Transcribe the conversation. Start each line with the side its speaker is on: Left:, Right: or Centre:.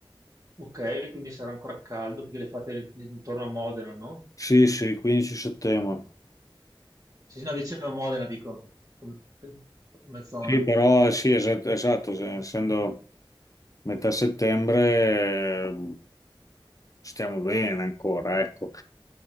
Right: Ok, quindi sarà ancora caldo perché le fate intorno a Modena, no?
Left: Sì, sì, 15 settembre.
Right: Sì, sì, no, vicino a Modena, dico, come, come zona.
Left: Sì, però eh, sì, es- esatto, se- essendo metà settembre eh, stiamo bene ancora, ecco.